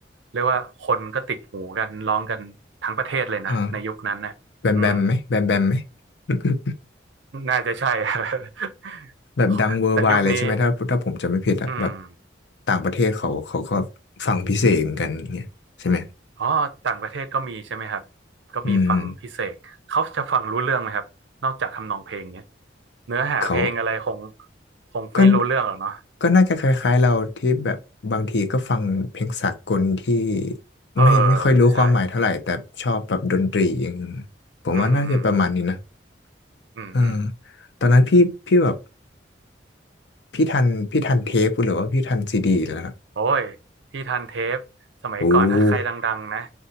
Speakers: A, on the right; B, on the left.
A: เรียกว่าคนก็ติดหูกันร้องกันทั้งประเทศเลยนะในยุคนั้นน่ะอืม
B: อ่าแบมแบมไหมแบมแบมไหม <laughs>
A: น่าจะใช่ <laughs>
B: แบบดังเวอร์ไวด์เลยใช่ไหมถ้าถ้าผมจำไม่ผิดอะแบบ
A: แต่ยุคนี้อืม
B: ต่างประเทศเขาเขาก็ฟังพิเศษเหมือนกันอย่างเงี้ยใช่ไหม
A: อ๋อต่างประเทศก็มีใช่ไหมครับก็มีฟังพิเศษเขาจะฟังรู้เรื่องไหมครับนอกจากทำนองเพลงเนี้ย
B: อืม
A: เนื้อหาเพลงอะไรคง
B: เขา
A: คงไม่รู้เรื่องหรอกเนาะ
B: ก็ก็น่าจะคล้ายๆเราที่แบบบางทีก็ฟังเพลงสากลที่
A: เออ
B: ไม่ไม่ค่อยรู้ความหมายเท่าไหร่แต่ชอบแบบดนตรีอย่าง
A: ใช่
B: ผมว่าน่าจะประมาณนี้นะ
A: อืมอืมอืมอืม
B: เออตอนนั้นพี่พี่แบบพี่ทันพี่ทันเทปหรือว่าพี่ทันซีดีแล้วครับ
A: โอ้ยพี่ทันเทปสมัยก่อนถ้าใครดังๆนะ
B: โอ้